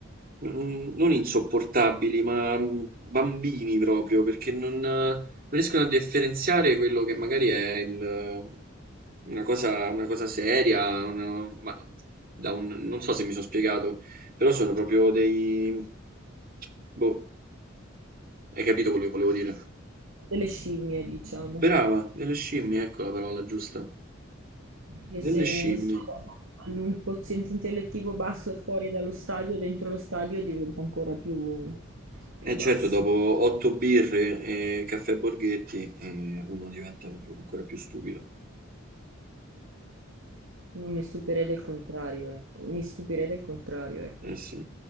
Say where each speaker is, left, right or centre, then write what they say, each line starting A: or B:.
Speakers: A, on the right; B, on the right.
A: n- non insopportabili, ma mh, bambini proprio, perché non, non riescono a differenziare quello che magari è il- una cosa, una cosa seria, una- ma da un- non so se mi sono spiegato, però sono proprio dei... Boh, hai capito quello che volevo dire?
B: Delle scimmie, diciamo.
A: Brava, delle scimmie, ecco la parola giusta.
B: E
A: Delle
B: se,
A: scimmie.
B: se hanno un quoziente intellettivo basso fuori dallo stadio, dentro lo stadio diventa ancora più, più
A: Eh
B: basso.
A: certo, dopo 8 birre e caffè Borghetti, ehm, uno diventa proprio ancora più stupido.
B: Non mi stupirei del contrario, ecco. Mi stupirei del contrario, ecco.
A: Eh sì,